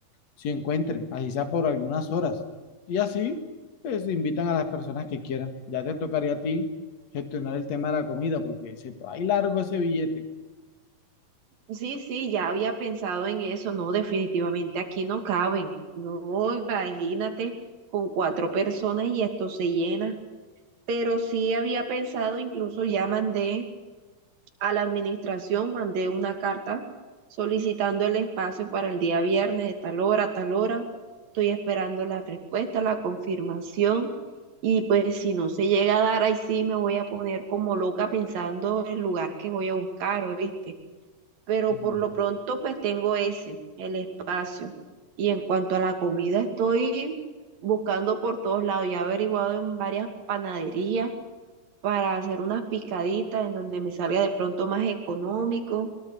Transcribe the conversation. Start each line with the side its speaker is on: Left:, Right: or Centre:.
Left: sí encuentren, así sea por algunas horas. Y así, pues invitan a las personas que quieran. Ya te tocaría a ti gestionar el tema de la comida porque se te va a ir largo ese billete.
Right: sí, sí, ya había pensado en eso, no, definitivamente aquí no caben, no, imagínate, con cuatro personas y esto se llena, pero sí había pensado, incluso ya mandé A la administración mandé una carta solicitando el espacio para el día viernes de tal hora a tal hora. Estoy esperando la respuesta, la confirmación. Y pues si no se llega a dar, ahí sí me voy a poner como loca pensando el lugar que voy a buscar, ¿oíste? Pero
Left: <laughs>
Right: por lo pronto pues tengo ese, el espacio. Y en cuanto a la comida, estoy buscando por todos lados. Ya he averiguado en varias panaderías para hacer unas picaditas en donde me salga de pronto más económico.